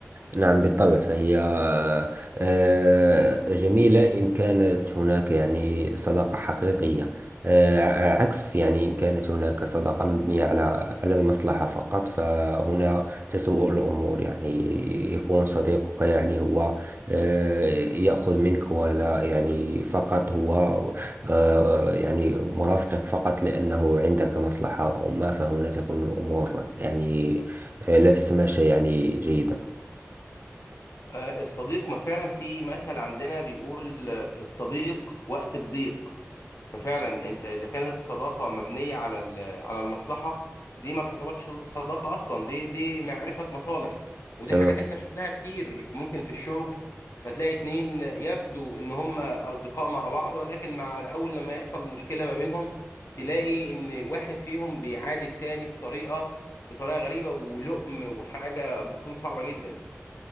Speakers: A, on the right (about 40°); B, on the left (about 70°).
A: نعم بالطبع فهي آه، جميلة إن كانت هناك يعني صداقة حقيقية آه، عكس يعني إن كانت هناك صداقة مبنية على على المصلحة فقط فهنا تسوء الأمور يعني يكون صديقك يعني هو آه، يأخذ منك ولا يعني فقط هو آه، يعني مرافقك فقط لأنه عندك مصلحة أو ما فهنا تكون الأمور يعني آه، لا تتماشى يعني جيدا
B: آه، الصديق ما فعلا في مثل عندنا بيقول آه، الصديق وقت الضيق ففعلا انت اذا كانت الصداقه مبنيه على ال- على المصلحه دي ما تعتبرش صداقه اصلا دي دي معرفه مصالح ودي
A: تمام
B: حاجات احنا شفناها كتير ممكن في الشغل فتلاقي اتنين يبدو ان هم اصدقاء مع بعض ولكن مع الاول لما يحصل مشكله ما بينهم تلاقي ان واحد فيهم بيعادي التاني بطريقه بطريقه غريبه ولؤم وحاجه بتكون صعبه جدا